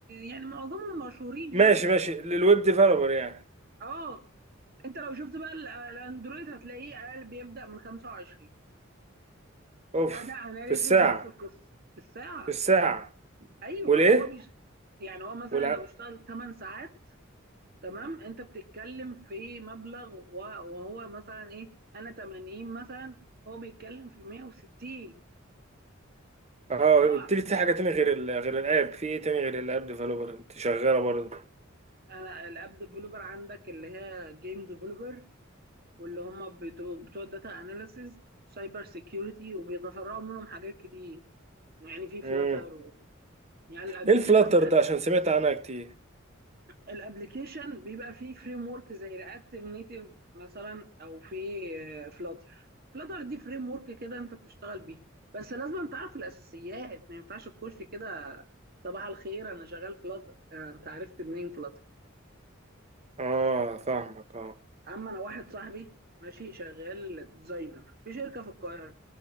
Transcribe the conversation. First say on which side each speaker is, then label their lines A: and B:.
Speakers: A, on the right (about 50°); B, on the right (about 35°).
A: يعني معظمهم مشهورين يعني
B: ماشي ماشي للويب ديفلوبر يعني
A: اه انت لو شفت بقى ال- الاندرويد هتلاقيه اقل بيبدأ من 25
B: اوف
A: ده ده اناليسز
B: في الساعة
A: نفس القصه بالساعه
B: في الساعة
A: ايوه
B: والايه
A: هو مش يعني هو مثلا
B: والع...
A: لو اشتغل 8 ساعات تمام انت بتتكلم في مبلغ و- وهو مثلا ايه انا 80 مثلا هو بيتكلم في 160
B: اه
A: ضعف
B: قلت لي في حاجة تاني غير ال... غير الاب في ايه تاني غير الاب ديفلوبر انت شغالة برضه
A: انا الاب ديفلوبر عندك اللي هي جيم ديفلوبر واللي هم بتو- بتوع الداتا اناليسز سايبر سيكيورتي وبيتفرعوا منهم حاجات كتير يعني في فلاتر
B: امم
A: و... يعني الابلكيشن
B: ايه الفلاتر
A: ده
B: ده عشان سمعت عنها كتير
A: الابلكيشن بيبقى فيه فريم ورك زي رياكتيف نيتيف مثلا او في فلاتر فلاتر دي فريم ورك كده انت بتشتغل بيه بس لازم تعرف الاساسيات ما ينفعش تخش كده صباح الخير انا شغال فلاتر انت عرفت منين فلاتر
B: اه فاهمك اه
A: اما انا واحد صاحبي ماشي شغال ديزاينر في شركه في القاهره